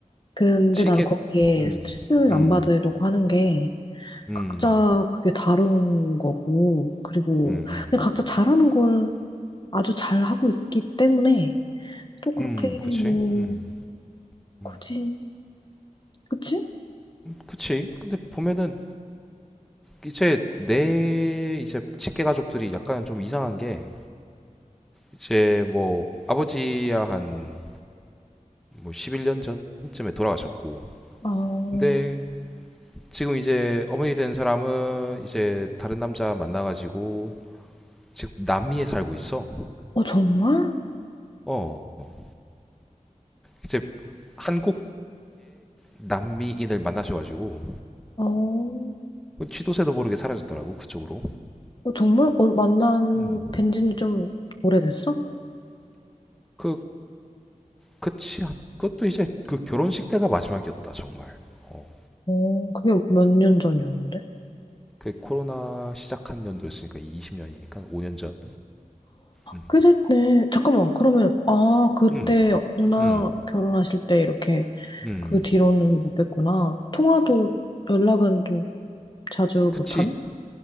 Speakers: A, on the left; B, in the centre.
A: 그런데
B: 치게
A: 나는 거기에
B: 음,
A: 스트레스는
B: 음,
A: 안 받으려고 하는 게
B: 음,
A: 각자 그게 다른 거고, 그리고
B: 음, 음,
A: 그냥 각자 잘하는 걸 아주 잘하고 있기 때문에 또 그렇게
B: 음 그치
A: 뭐,
B: 음, 음.
A: 굳이, 그치?
B: 그치 근데 보면은 이제 내 이제 직계 가족들이 약간 좀 이상한 게 이제 뭐 아버지야 한뭐 11년 전쯤에 돌아가셨고
A: 어,
B: 근데 지금 이제 어머니 된 사람은 이제 다른 남자 만나가지고 지금 남미에 살고 있어.
A: 어, 정말?
B: 어 이제 한국계 남미인을 만나셔가지고
A: 어,
B: 쥐도새도 모르게 사라졌더라고 그쪽으로.
A: 어, 정말? 어, 만난
B: 음.
A: 뵌지는 좀 오래됐어?
B: 그 그치 그것도 이제 그 결혼식 때가 마지막이었다 정말. 어.
A: 어, 그게 몇 년 전이었는데?
B: 그 코로나 시작한 연도였으니까 20년이니까 5년 전. 음.
A: 그랬네. 잠깐만, 그러면, 아, 그때
B: 음.
A: 누나
B: 음.
A: 결혼하실 때 이렇게
B: 음.
A: 그 뒤로는 못 뵀구나. 통화도 연락은 좀 자주
B: 그치.
A: 못하나?